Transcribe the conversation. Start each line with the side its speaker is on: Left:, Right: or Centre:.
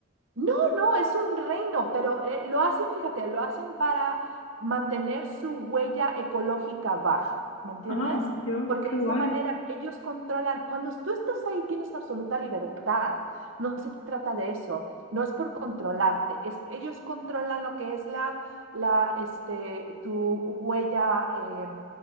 Right: no, no, es un reino, pero eh, lo hacen, fíjate, lo hacen para mantener su huella ecológica baja, ¿me entiendes?
Left: Ah, Dios,
Right: Porque
Left: qué
Right: de
Left: guay.
Right: esa manera ellos controlan, cuando tú estás ahí tienes absoluta libertad, no se trata de eso, no es por controlarte, es, ellos controlan lo que es la, la, este, tu huella eh,